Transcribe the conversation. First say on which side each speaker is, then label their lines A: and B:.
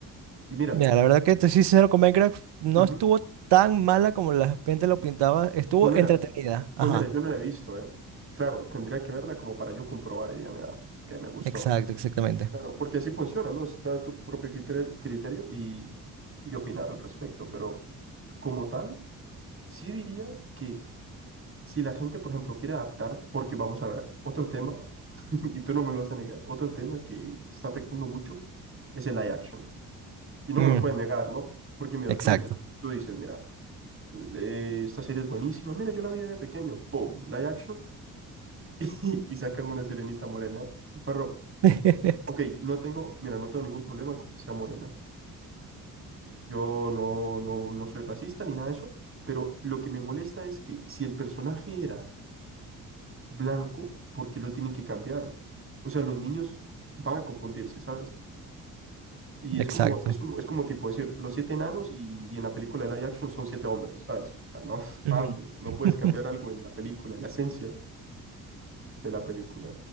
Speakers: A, on the right; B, on the right.
A: Y mira,
B: Mira, la verdad que te soy sincero con Minecraft, no
A: ujú,
B: estuvo tan mala como la gente lo pintaba, estuvo
A: pues mira,
B: entretenida.
A: pues
B: Ajá,
A: mira, yo no la he visto, ¿eh? Claro, tendría que verla como para yo comprobar y diría, mira, que me gustó.
B: exacto, exactamente.
A: Claro, porque así funciona, ¿no? Es dar tu propio criterio criterio y, y opinar al respecto, pero como tal. Sí diría que si la gente, por ejemplo, quiere adaptar, porque vamos a ver, otro tema, <laughs> y tú no me lo vas a negar, otro tema que está afectando mucho es el live action. Y no
B: Mm,
A: me lo puedes negar, ¿no? Porque mira,
B: exacto.
A: tú dices, tú dices, mira, eh, esta serie es buenísima, mira, yo la vi de pequeño, ¡pum! Live action, <laughs> y y sacan una sirenita morena. Pero,
B: <laughs>
A: ok, no tengo, mira, no tengo ningún problema con que sea morena. Yo no, no, no soy racista ni nada de eso, pero lo que me molesta es que si el personaje era blanco, ¿por qué lo tienen que cambiar? O sea, los niños van a confundirse, ¿sabes? Y es
B: Exacto.
A: como, es como, es como tipo decir, los siete enanos y, y en la película de live action son siete hombres, ¿sabes? O sea, no <laughs>
B: Ujú.
A: mames, no
B: <laughs>
A: puedes cambiar algo en la película, en la esencia de la película.